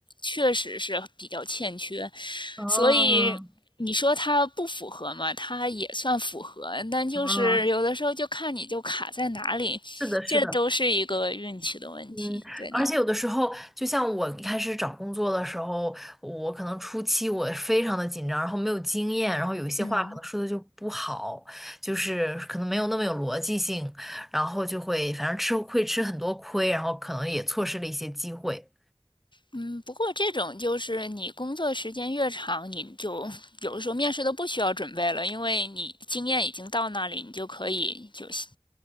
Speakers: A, on the left; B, in the centre.
A: 确实是比较欠缺，
B: 嗯。
A: 所以你说它不符合嘛，它也算符合，但就是有的时候就看你就卡在哪里，
B: 啊，是的，是的，
A: 这都是一个运气的问题，
B: 嗯，
A: 对呢。
B: 而且有的时候，就像我一开始找工作的时候，我可能初期我非常的紧张，然后没有经验，然后有一些话可能说的就不好，
A: 嗯
B: 就是可能没有那么有逻辑性，然后就会反正吃会吃很多亏，然后可能也错失了一些机会。
A: 嗯，不过这种就是你工作时间越长，你就有的时候面试都不需要准备了，因为你经验已经到那里，你就可以就行。